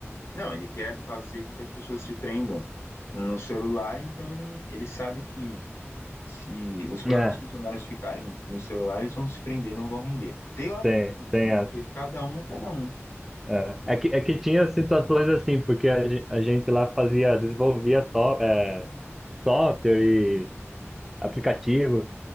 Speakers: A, on the left; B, in the centre.
A: não, ele quer fazer com que as pessoas se prendam no celular, então ele, ele sabe que se os próprios
B: É,
A: funcionários ficarem no celular, eles vão se prender, não vão render. Teoricamente,
B: tem, tem
A: né?
B: as.
A: Porque cada um é cada um.
B: É, é que, é que tinha situações assim, porque a, ge- a gente lá fazia, desenvolvia só, é, software e aplicativo.